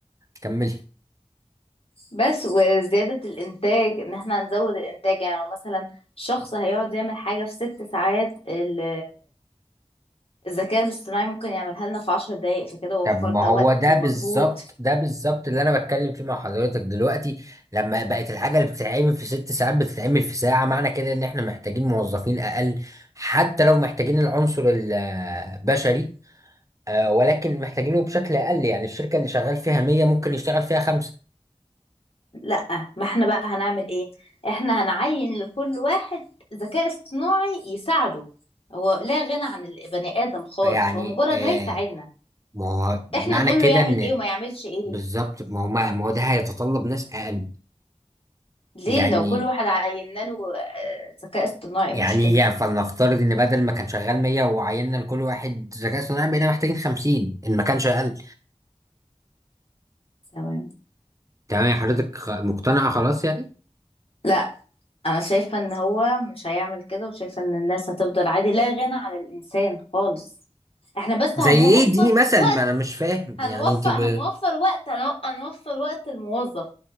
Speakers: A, on the right; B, on the left.
A: كملي
B: بس وزياده الانتاج ان احنا هنزود الانتاج يعني لو مثلا شخص هيقعد يعمل حاجه في ست ساعات ال- الذكاء الاصطناعي ممكن يعملها لنا في عشر دقايق فكده وفرنا
A: طب ما هو
B: وقت
A: ده
B: ومجهود
A: بالظبط ده بالظبط اللي انا بتكلم فيه مع حضرتك دلوقتي لما بقت الحاجه اللي بتتعمل في ست ساعات بتتعمل في ساعه معنى كده ان احنا محتاجين موظفين اقل حتى لو محتاجين العنصر البشري آه، ولكن محتاجينه بشكل اقل يعني الشركه اللي شغال فيها 100 ممكن يشتغل فيها خمسه
B: لا ما احنا بقى هنعمل ايه احنا هنعين لكل واحد ذكاء اصطناعي يساعده هو لا غنى عن البني ادم خالص
A: يعني
B: هو مجرد
A: آه،
B: هيساعدنا
A: ما هو معنى
B: احنا نقول
A: كده
B: له يعمل
A: ان
B: ايه وما يعملش ايه
A: بالظبط ما هو ما ما هو ده هيتطلب ناس اقل
B: ليه
A: يعني
B: لو كل واحد عينا له آه، ذكاء اصطناعي إيه
A: يعني
B: المشكله
A: يا فلنفترض ان بدل ما كان شغال 100 وعيننا لكل واحد ذكاء اصطناعي بقينا محتاجين 50 ان ما كانش اقل
B: تمام
A: تمام يا حضرتك خ- مقتنعه خلاص يعني
B: لا انا شايفه ان هو مش هيعمل كده وشايفه ان الناس هتفضل عادي لا غنى عن الانسان خالص احنا بس
A: زي
B: هنوفر
A: ايه اديني مثل
B: وقت
A: ما انا مش فاهم
B: هنوفر
A: يعني انت ب...
B: هنوفر وقت هنو- هنوفر وقت الموظف